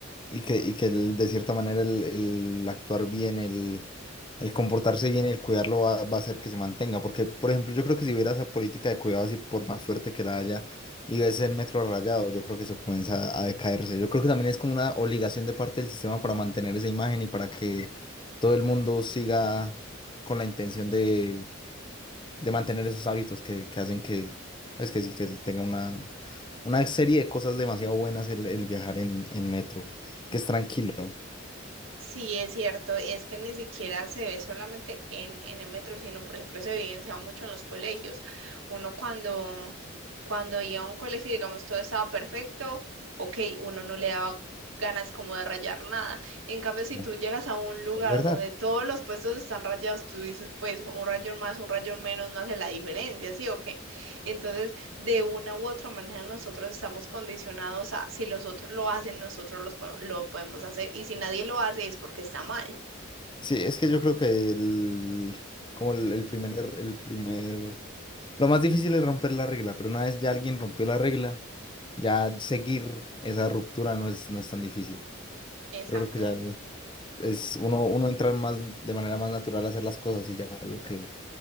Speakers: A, on the left (about 25°); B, on the right (about 80°).
A: Y que, y que el- de cierta manera el, el actuar bien, el, el comportarse bien y el cuidarlo va, va a hacer que se mantenga. Porque, por ejemplo, yo creo que si hubiera esa política de cuidado así, por más fuerte que la haya, y ves el metro rayado, yo creo que eso comienza a decaerse. Yo creo que también es como una obligación de parte del sistema para mantener esa imagen y para que todo el mundo siga con la intención de, de mantener esos hábitos que, que hacen que, pues que sí, que él tenga una, una serie de cosas demasiado buenas el, el viajar en, en metro, que es tranquilo,
B: Sí, es cierto, es que ni siquiera se ve solamente en, en el metro, sino por ejemplo se evidencia mucho en los colegios. Uno cuando, cuando iba a un colegio, digamos, todo estaba perfecto, ok, uno no le daba ganas como de rayar nada. En cambio, si
A: Sí.
B: tú llegas a un lugar
A: es verdad.
B: donde todos los puestos están rayados, tú dices, pues un rayón más, un rayón menos, no hace la diferencia, ¿sí o qué? Entonces, de una u otra manera nosotros estamos condicionados a si los otros lo hacen, nosotros los po- lo podemos hacer y si nadie lo hace es porque está mal.
A: Sí, es que yo creo que el, como el, el primer, el primer, lo más difícil es romper la regla, pero una vez ya alguien rompió la regla, ya seguir esa ruptura no es, no es tan difícil.
B: Exacto.
A: Yo creo que ya el- es uno, uno entra más de manera más natural a hacer las cosas y ya veo que,